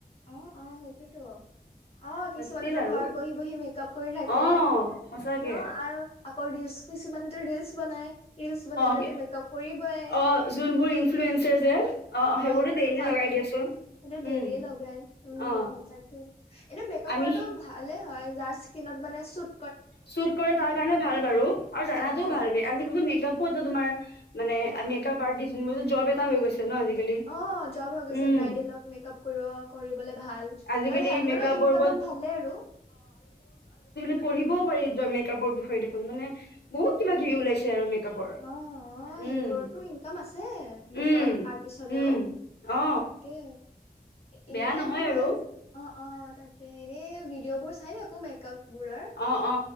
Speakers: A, on the left; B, on the left.
A: অ- অ সকী তো অ কিছুমানেতো
B: ষ্টিল আৰু
A: ঘৰত বহি বহি মেকআপ কৰি থাকি আৰু
B: অ সঁচাকে
A: আকৌ ন কিছুমানেো বনাই লচ বন
B: অ
A: মেকাপ কৰিবয়
B: অ যোনবোৰ ইনফ্লুৱেঞ্চাৰ যে
A: অ' অ' সেইবোৰতো
B: ডেইলি
A: খোৱাাই
B: লগাই দিয়াচোন
A: সেইটো ডেই
B: উম
A: উ
B: অ
A: তাকে এনে মেকাপ
B: আমি
A: কৰাটো ভালে হয় যাৰ স্কিনত মানে চুত
B: চুট কৰে তাৰ কাৰণে ভাল বাৰু আৰু জানাটোও
A: অ অ
B: ভাল মেপ তো তোমাৰ মানে
A: উম
B: আমি
A: উম
B: মেকাপ আৰ্টি ম হৈ গৈছে ন আজিকালি
A: অ' জব হৈ গৈছে
B: উম
A: ব্ৰাইডেলক মেকআপ কৰিব কৰিবলে ভাল
B: আজিকালি
A: আৰু সিহঁতৰো
B: মেকআপৰ
A: ইনকাম
B: ওপৰত
A: ভালেই আৰু।
B: পঢ়িব <unintelligible> মেকআপৰ বিষয়ে দেখোন মানে বহুত
A: উ
B: কিবা
A: উম
B: কিবি ওলাইছে আৰু মেকআপৰ
A: অ', অ' সেইবোৰতো
B: উম
A: ইনকাম আছে
B: উম
A: মেকপ আৰ্টিষ্ট হলেও
B: উম অ
A: তাকে
B: বেয়া
A: এনেই
B: নহয়
A: <unintelligible>
B: আৰু
A: অ', অ। তাকে এনেই ভিডিঅ' বোৰ চাই থাকো মেকআপ বোৰৰ
B: অ অ